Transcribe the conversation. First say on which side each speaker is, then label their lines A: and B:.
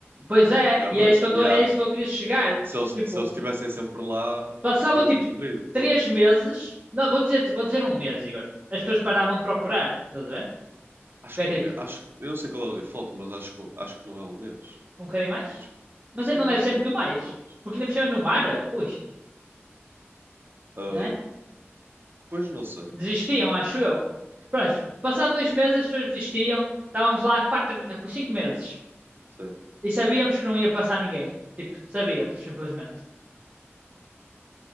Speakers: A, on the right; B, on the right.
A: Pois é,
B: Lembras-te?
A: e é isso que eu tô,
B: Yeah.
A: é isso que eu queria chegar.
B: Se eles,
A: Tipo,
B: se eles estivessem sempre lá,
A: Passavam
B: tinham
A: tipo
B: morrido
A: três
B: todos.
A: meses. Não, vou dizer, vou dizer um mês, Igor. As pessoas paravam de procurar, estás a ver?
B: Acho
A: Porque é
B: que o mês.
A: tipo,
B: Acho, que- eu não sei qual é o default, mas acho, que- acho que não é um mês.
A: um bocadinho mais.
B: Acho, que-
A: Mas
B: sim,
A: aí não deve
B: acho
A: ser
B: que
A: muito
B: é um bocadinho
A: mais.
B: mais.
A: Porque ainda por cima no mar, ui,
B: Ah,
A: né?
B: pois não sei.
A: Desistiam, acho eu. Pronto, passado dois meses as pessoas desistiam. Estávamos lá há quatro, há cinco meses.
B: Sim.
A: E sabíamos que não ia passar ninguém. Tipo, sabíamos, simplesmente.